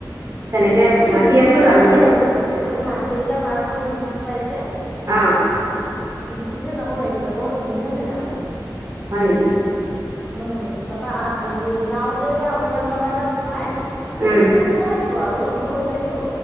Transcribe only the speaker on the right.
তেনেকে
ভাবি
আছো যাম
বুলি
অ।
হয় নেকি?
উম,